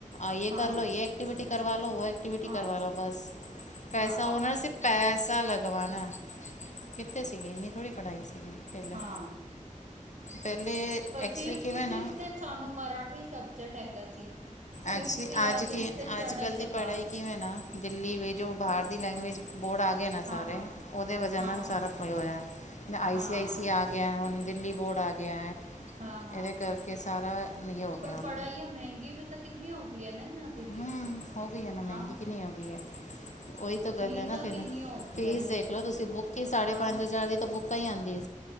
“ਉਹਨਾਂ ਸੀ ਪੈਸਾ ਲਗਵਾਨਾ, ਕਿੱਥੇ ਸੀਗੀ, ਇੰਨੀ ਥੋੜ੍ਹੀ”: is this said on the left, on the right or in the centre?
Left